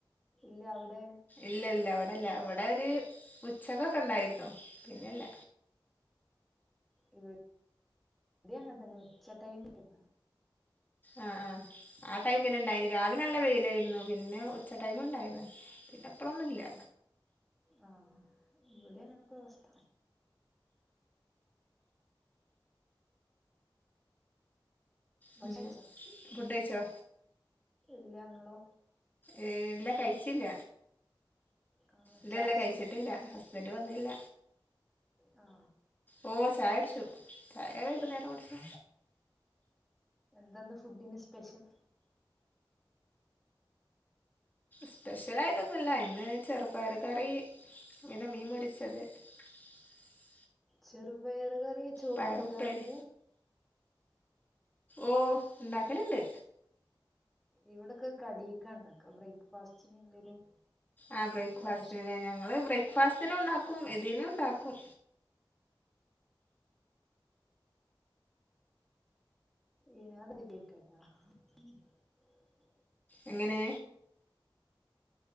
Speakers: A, in the centre; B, on the left (about 20°).
A: ഇല്ല അവിടെ
B: ഇല്ല ഇല്ല അല്ല ഇവിടെ ഒരു ഉച്ചകൊക്കെ ഉണ്ടായിരുന്നു പിന്നെല്ല
A: ഇവിടെം അ അങ്ങനെ തന്നെ ഉച്ചടൈമിലാ മഴ
B: ആ ആ ആ ടൈമിൽ ഇണ്ടായിനി രാവിലെ നല്ല വെയിലായിരുന്നു പിന്നെ ഉച്ച ടൈമും ഉണ്ടായിരുന്നു പിന്നെ ഇപ്പളൊന്നുല്ല
A: ആ ആ ഇവിടെ അങ്ങനൊക്കെ അവസ്ഥ
B: പിന്നെ
A: ഭക്ഷണം കഴിച്ചാ
B: ഫുഡ് കഴിച്ചോ
A: ല്ല ഇങ്ങളോ
B: ഏ എല്ലാം കഴിച്ചില്ല
A: ആ
B: ഇല്ല
A: ചായ
B: ല്ല
A: കുടിച്ചില്ലേ
B: കഴിച്ചിട്ടില്ല. ഹസ് ബൻറ് വന്നില്ല.
A: ആ
B: ഓ ചായ കുടിച്ചു ചായ വൈകുന്നേരം കുടിച്ചു.
A: എന്താന്ന് ഫുഡിന് സ്പെഷ്യൽ?
B: സ്പെഷ്യലായിട്ടൊന്നുല്ല ഇന്ന് ചെറുപ്പയറ് കറി പിന്നെ മീൻ പൊരിച്ചത്. <unintelligible>
A: ചെറുപയറുകറി ചോർക്ക്
B: പയറുപ്പേരി
A: കൂട്ടാറുണ്ട്.
B: ഓ ഇണ്ടാക്കലുണ്ട്.
A: ഇവിടൊക്കെ കടീക്കാണ് ഇണ്ടാക്ക ബ്രേക്ക്ഫാസ്റ്റിന് എന്തേലും
B: ആ ബ്രേക്ക്ഫാസ്റ്റന്ല്ലേ
A: ദോശ
B: ഞങ്ങള് ബ്രേക്ക്ഫാസ്റ്റിനും ഇണ്ടാക്കും. ഇതിനും ഉണ്ടാക്കും.
A: ഏനത്രെ ബാത്ത <unintelligible>
B: എങ്ങനെ?